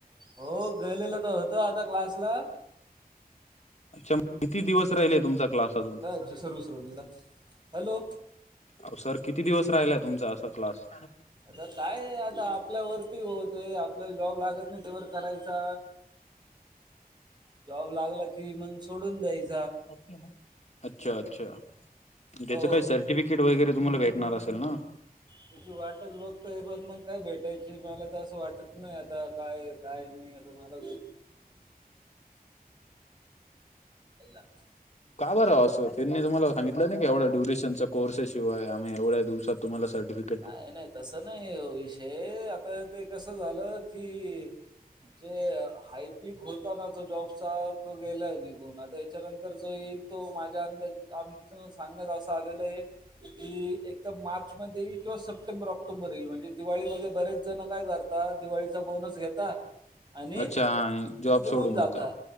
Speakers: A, on the right; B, on the left.
A: हो गेलेलं तर होत आता क्लासला.
B: अच्छा मग किती दिवस राहिल आहे तुमचा क्लास अजून.
A: सर्व्हिस रोड नि जा. हॅलो
B: अहो सर किती दिवस राहिलाय तुमचा असा क्लास?
A: आता काय आता आपल्यावरती होत आहे. आपल्याला जॉब लागत नाही तेवर करायचा. जॉब लागला कि मग सोडून द्यायच.
B: <unintelligible> अच्छा अच्छा ज्याच
A: हो
B: काय सर ते कीट वगैरे तुम्हाला भेटणार असेल ना.
A: त्याची वाटच बघत हे पण मग काय भेटायची मला तर असं वाटत नाही आता. काय काय नाही तुम्हाला <unintelligible> <unintelligible>
B: का बरं असं त्यांनी तुम्हाला सांगितलं ना की एवढ्या ड्युरेशन च्या कोर्स शिवाय आम्ही एवढ्यादिवसात तुम्हाला सर्टीफिकीट
A: नाही नाही तसं नाही विषय आता ते कसं झालं कि जे हायपिक होता ना तो जॉबचा तो गेलाय निघून आता याच्यानंतर जो येईल तो माझ्या अंदा आमच सांगत असं आलेलं आहे की एक तर मार्च मध्ये येईल. किंवा सप्टेंबर ऑक्टोबर येईल म्हणजे दिवाळीमध्ये बरेच जण काय करतात दिवाळीचा बोनस घेता आणि
B: अच्छा जॉब
A: निघून
B: सोडून
A: जातात
B: देता